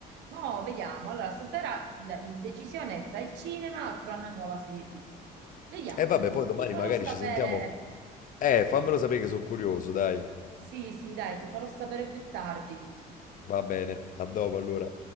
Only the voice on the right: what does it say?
Mo' vediamo. Allora, stasera l- l'indecisione è tra il cinema o tra una nuova serie TV. Vediamo,
ti farò
sapere.
Sì, sì, dai, ti farò sapere più tardi.